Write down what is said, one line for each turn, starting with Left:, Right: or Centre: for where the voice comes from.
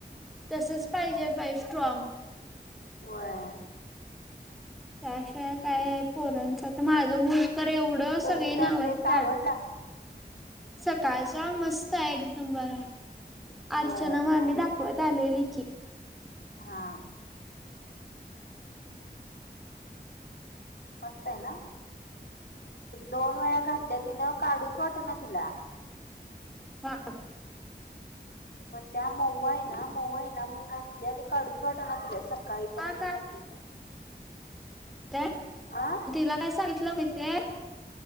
Centre: तसच पाहिजे बाई स्ट्रॉग.
Left: व्हय
Centre: कॅश काय काय पोरांचं तर माझं मूल तर एवढं सगळी
Left: ओवीचा
Centre: नावजतात.
Left: ड्रेस आवडला
Centre: सकाळचा मस्त आहे एकदम बरा
Left: व्हय
Centre: अर्चना मामी
Left: भारी
Centre: दाखवत आलेली की.
Left: हा. मस्त हेना दोन वेळा घातल्या तिनं काढूच वाटत ना तिला.
Centre: हा.
Left: म्हणत्या मऊ आहे ना मऊ आहे ना म्हणून घातल्या त काढूच वाटन तिला स सकाळी
Centre: हा
Left: पण आणि रात्री पण
Centre: काय
Left: हा
Centre: तिला काय सांगितलं माहितय आहे.